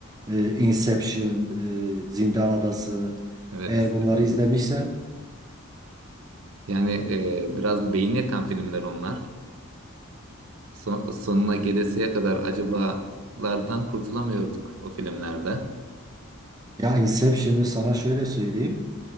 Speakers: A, on the right; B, on the right.
A: E, Inception, e, Zindan Adası.
B: Evet,
A: Eğer bunları
B: evet.
A: izlemişsen
B: Yani e, biraz beyin yakan filmler onlar. Son- sonuna gelesiye kadar acabalardan kurtulamıyorduk o filmlerde.
A: ya Inception'ı sana şöyle söyleyeyim.